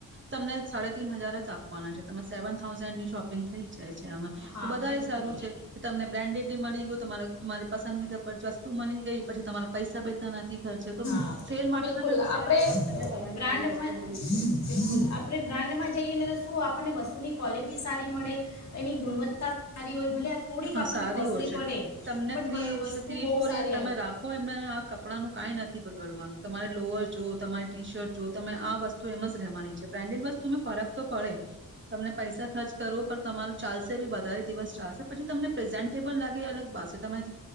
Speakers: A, on the right; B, on the left.
A: તમને સાડેતીન હજાર જ આપવાના છે. તમે સેવન થાઉઝન્ડ ની શોપિંગ થઈ જાય છે આમાં,
B: હા
A: તો વધારે
B: બિલકુલ
A: સારું છે કે, તમને બ્રાન્ડેડ તે મળી ગયું તમારે તમારી પસંદવિધા <inaudible> વસ્તુ મળી ગઈ પછી તમારે પૈસા બેતા નાથી ખર્ચે તો
B: હા,
A: સેલ માટે
B: બિલકુલ
A: તમે લો
B: આપડે
A: સેલ ઉપર
B: અહ
A: તમને વધારે
B: બ્રાન્ડ
A: સારી વસ્તુ
B: મેં
A: મળી જ જાય છે.
B: બિલકુલ આપડે બ્રાન્ડમાં જઈએને શું આપને વસ તોની ક્વૉલિટી સારી મળે એની ગુણવત્તા સારી હોય ભલે થોડીક
A: હા,
B: આપણને
A: સારી
B: કોસ્ટલી
A: ઓ છે.
B: પડે
A: તમને
B: બટ
A: થ્રી
B: વસ્તુ
A: થ્રી
B: બહુ
A: ફોર
B: સારી
A: ઇયર્સ તમે
B: આવે
A: રાખો એમે આ કપડાંનું કાંઈ નથી બગડવાનું. તમારે લોઅર જો તમારે ટી શર્ટ જો તમે આ વસ્તુ એમ જ રવાની છે બ્રાન્ડેડ વસ્તુ ફરક તો પડે તમને પૈસા ખર્ચ કરો પણ તમારો ચાલશે બી વધારે દિવસ ચાલશે પછી તમને પ્રેઝન્ટેબલ લાગે એ અલગ બાસ છે. તમે જે